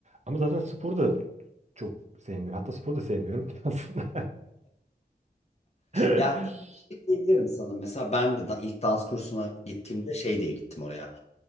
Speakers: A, on the right (about 40°); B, on the left (about 40°).
A: Ama zaten spor da çok sevmiyorum. Hatta spor da sevmiyorum ki aslında. <laughs>
B: Ya şey diyebilirim sana mesela ben de da- ilk dans kursuna gittiğimde şey diye gittim oraya.